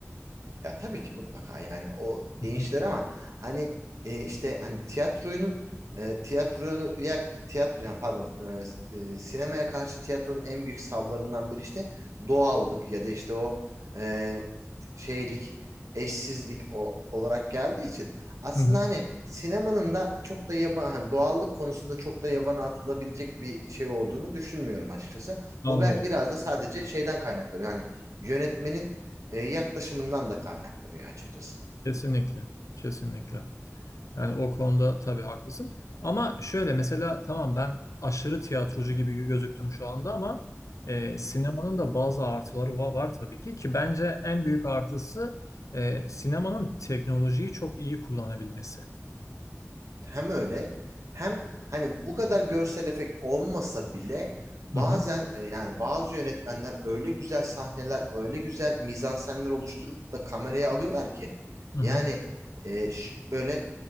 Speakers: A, on the right; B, on the left.
A: Ya tabii ki mutlaka yani o değişler
B: Hı hı.
A: ama hani e, işte hani tiyatroyunun e, tiyatroya tiyatro yani pardon e, e, sinemaya karşı tiyatronun en büyük savlarından biri işte doğallık ya da işte o e, şeylik, eşsizlik o, olarak geldiği için aslında
B: Hı hı.
A: hani sinemanın da çok da yaban hani doğallık konusunda çok da yabana atılabilecek bir şey olduğunu düşünmüyorum açıkçası.
B: Anladım.
A: Bu be- biraz da sadece şeyden kaynaklanıyor. Yani yönetmenin e, yaklaşımından da kaynaklanıyor açıkçası.
B: Kesinlikle. Kesinlikle. Yani o konuda tabii haklısın. Ama şöyle mesela tamam ben aşırı tiyatrocu gibi gözüktüm şu anda ama e, sinemanın da bazı artıları va- var, tabii ki ki bence en büyük artısı e, sinemanın teknolojiyi çok iyi kullanabilmesi.
A: Hem öyle hem hani bu kadar görsel efekt olmasa bile bazen
B: Hı hı,
A: e, yani bazı yönetmenler öyle güzel sahneler, öyle güzel mizansenler oluşturup da kameraya alıyorlar ki
B: hı
A: yani
B: hı,
A: e, ş- böyle